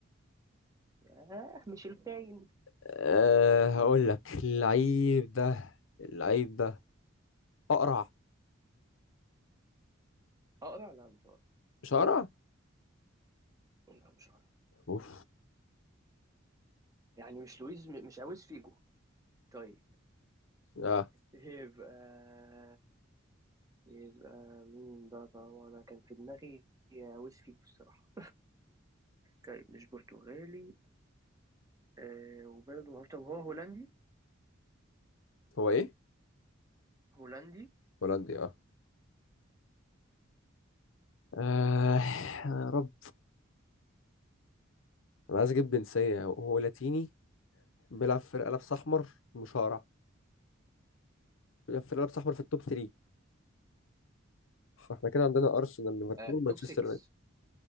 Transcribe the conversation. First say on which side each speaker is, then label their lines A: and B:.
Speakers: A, on the right; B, on the left.
A: ياه مش الكاين
B: أه هقول لك اللعيب ده اللعيب ده اقرع
A: اقرع لا مش هقرع
B: مش اقرع
A: لا مش هقرع
B: اوف
A: يعني مش لويز م- مش عاوز فيجو طيب
B: اه
A: يبقى يبقى مين ده طبعا انا كان في دماغي عاوز فيجو الصراحة طيب مش برتغالي آه وبلده معروف طب هو هولندي
B: هو ايه
A: هولندي
B: هولندي اه آه
A: ماشي
B: يا رب انا عايز اجيب جنسية هو لاتيني بيلعب في لابس احمر مش هقرع بيلعب في لابس احمر في التوب 3 فاحنا كده عندنا ارسنال ليفربول
A: آه،
B: مانشستر
A: توب 6
B: يونايتد